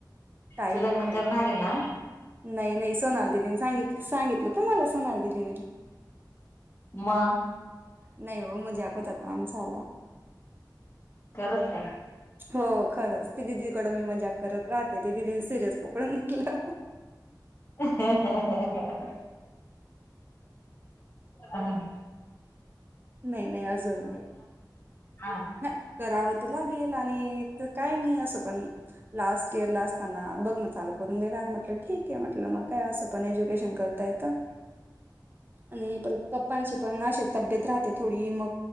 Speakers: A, on the right; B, on the left.
A: टाईम
B: तू
A: आहे
B: लग्न
A: ना हो.
B: करणार आहे ना.
A: नाही नाही सोनाल दिदीने सांगित सांगितलं त मला सोनाल दिदीने.
B: मग.
A: नाही हो मझ्याकता तो आम झा आला
B: कररत.
A: हो खरंच ती दिदीकडं मी मजाात करत राहते ती दिदीनी सिरियस पकडून घेतलं.
B: हं हा.
A: नाही नाही अजून नाही.
B: हा
A: नाही कराव. लाे काय नाही अस पण लाट इर ला असताना बघण चालू करून दे. म्हटलं ठीक आहे म्हट मग काय असं पण एज्युकेशन करतायेत.
B: रिकामा ऑडिओ
A: आणि पर पप्पाानचे पण नाते. तब्येत राहते थोडी मग